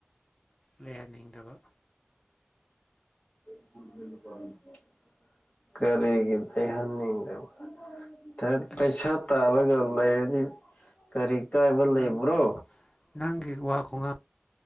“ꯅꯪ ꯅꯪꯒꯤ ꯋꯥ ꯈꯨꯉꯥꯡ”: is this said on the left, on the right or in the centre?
Left